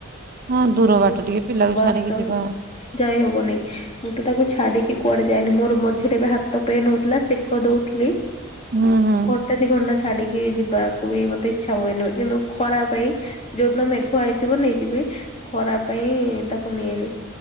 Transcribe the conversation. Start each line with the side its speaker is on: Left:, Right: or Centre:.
Right: ହଁ ଦୂର
Left: ବହୁତ
Right: ବାଟ ଟିକେ ପିଲାକୁ
Left: ବାଟ
Right: ଛାଡିକି ଯିବା।
Left: ହେଇଯିବ। ଯାଇ ହବନି। ମୁଁ ତ ତାକୁ ଛାଡିକି କୁଆଡେ ଯାଇନି। ମୋର ମଝିରେ ଏବେ ହାତ ପେନ ହଉଥିଲା ସେ କ, କଦଉଥିଲି।
Right: ହୁଁ ହୁଁ।
Left: ଘଣ୍ଟେ ଦି ଘଣ୍ଟା ଛାଡିକି ଯିବାକୁ ବି ମତେ ଇଚ୍ଛା ହୁଏନି। କିନ୍ତୁ ଖରା ପାଇଁ ଯୋଉଦିନ ମେଘୁଆ ହେଇଥିବ ନେଇଯିବି। ଖରା ପାଇଁ ତାକୁ ନିଏନି।